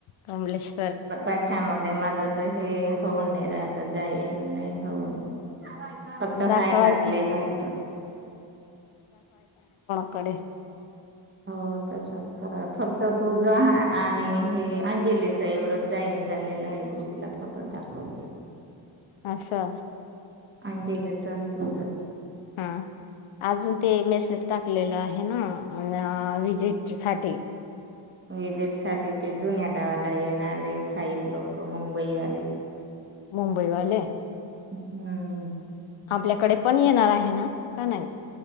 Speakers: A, on the left; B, on the right.
A: जमल्यास
B: कशामध्ये माझं तर हे होऊ नाही राहील नाही होऊन होता
A: दाखवायचं
B: हाय टाकलेला आहे
A: कडे
B: हो तसच खरा फक्त तू ज आणि हे अंजलीच एवढं जाईन झालेलं आहे ग्रुपला फोटो दाखवतेे
A: असा
B: अंजलीचा आणि तुझं
A: हा अजून ते मेसेज टाकलेल आहे ना, विजिट साठी!
B: विजिट त्या तिथे जुन्या गावाला येईल असणारे साईब लोक मुंबईवाले
A: मुंबईवाले!
B: हम्म
A: आपल्याकडे पण येणार आहे ना? का नाही